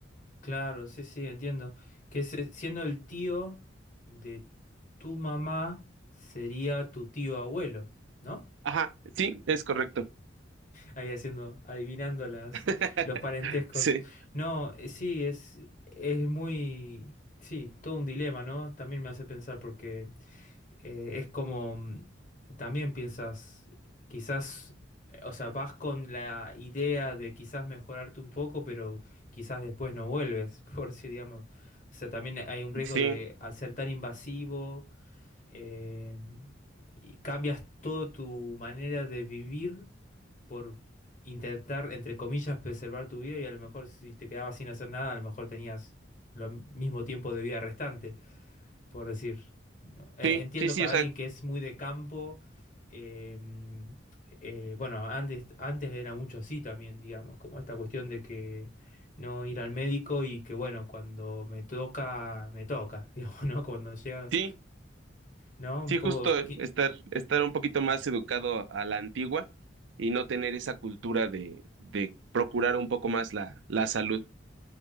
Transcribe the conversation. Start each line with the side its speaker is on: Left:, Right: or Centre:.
Left: Claro, sí, sí, entiendo. Que se- siendo el tío de tu mamá, sería tu tío abuelo, ¿no?
Right: Ajá, sí, es correcto.
Left: Ahí haciendo, adivinando las,
Right: <laughs>
Left: los parentescos.
Right: Sí,
Left: No, eh, sí, es, es muy, sí, todo un dilema, ¿no? También me hace pensar porque eh, es como, mm, también piensas, quizás, eh, o sea, vas con la idea de quizás mejorarte un poco, pero quizás después no vuelves, <laughs> por si, digamos, o sea, también hay un riesgo
Right: sí,
Left: de, al ser tan invasivo, eh, y cambias toda tu manera de vivir por intentar, entre comillas, preservar tu vida y a lo mejor si te quedabas sin hacer nada, a lo mejor tenías lo mismo tiempo de vida restante por decir. ¿no? Eh,
Right: sí,
Left: entiendo
Right: sí, sí,
Left: para
Right: o sea,
Left: alguien que es muy de campo, eh, eh, bueno, antes, antes era mucho así también, digamos, como esta cuestión de que no ir al médico y que bueno, cuando me toca, me toca, <laughs> digamos, ¿no? Cuando llega,
Right: sí,
Left: ¿no? Un
Right: sí,
Left: poco,
Right: justo
Left: que-
Right: estar, estar un poquito más educado a la antigua y no tener esa cultura de, de procurar un poco más la, la salud.